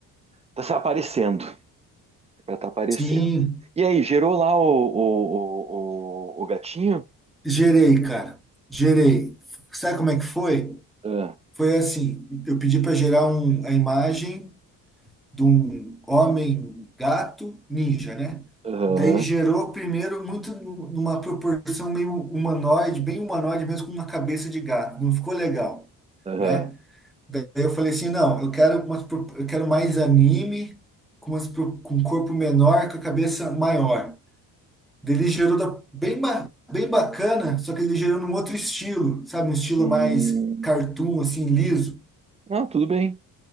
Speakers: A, on the right; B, in the centre.
A: Tá se aparecendo, é pra tá aparecendo.
B: sim.
A: E aí, gerou lá o, o, o, o- o gatinho?
B: Gerei, cara. Gerei. Sabe como é que foi?
A: Ah,
B: Foi assim, eu pedi para gerar um, a imagem de um homem gato ninja, né?
A: Aham,
B: Daí gerou primeiro muito nu- numa proporção meio humanoide, bem humanoide mesmo, com uma cabeça de gato. Não ficou legal,
A: aham.
B: né? Daí eu falei assim, não, eu quero umas, pro- eu quero mais anime, com, umas, pro- com um corpo menor, com a cabeça maior. Ele gerou da- bem, ba- bem bacana, só que ele gerou num outro estilo, sabe? Um estilo
A: Hum,
B: mais cartoon, assim, liso.
A: não, tudo bem.